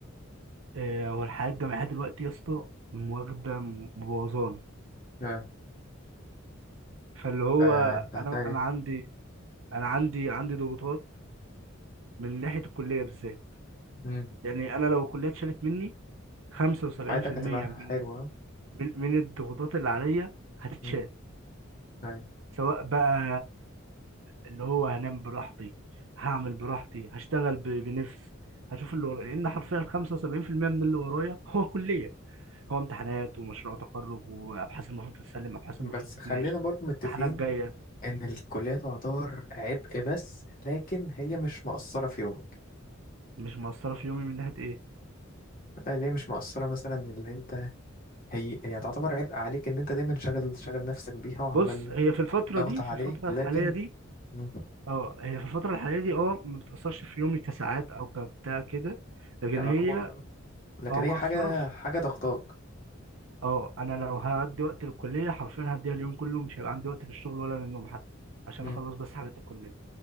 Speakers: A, on the right; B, on the left.
A: آه، هو الحياه الجامعيه دلوقتي يا اسطى واخده مبوظاني
B: آه.
A: فاللي هو
B: فأنت هتعمل
A: انا انا
B: إيه؟
A: عندي انا عندي عندي ضغوطات من ناحيه الكليه بالذات
B: مم.
A: يعني انا لو الكليه اتشالت مني 75%
B: حياتك هتبقى
A: من
B: حلوة
A: من من الضغوطات اللي عليا هتتشال
B: مم. أيوة.
A: سواء بقى اللي هو هنام براحتي هعمل براحتي هشتغل ب- بنفس هشوف اللي ورايا لان حرفيا 75% من اللي ورايا هو كليه هو امتحانات ومشروع تخرج وابحاث المفروض تتسلم ابحاث
B: بس
A: المفروض تتناقش
B: خلينا برضه متفقين
A: امتحانات جايه
B: ان الكلية تعتبر عبء بس لكن هي مش مقصرة في يومك
A: مش مؤثره في يومي من ناحيه ايه
B: يعني هي مش مقصرة مثلا اللي انت هي هي تعتبر عبء عليك ان انت دايما شاغل شاغل نفسك بيها وعمال
A: بص هي في الفتره
B: ضغط
A: دي
B: عليك
A: في الفتره
B: لكن
A: الحاليه دي
B: مم.
A: اه هي في الفترة الحالية دي اه ما بتأثرش في يومي كساعات أو كبتاع كده لكن
B: كمجهود
A: هي
B: لكن
A: اه مأثرة
B: هي حاجة
A: في
B: حاجة ضغطاك
A: اه أنا لو هدي وقت للكلية حرفيا هديها اليوم كله مش هيبقى عندي وقت للشغل ولا للنوم حتى عشان
B: مم.
A: أخلص بس حاجات الكلية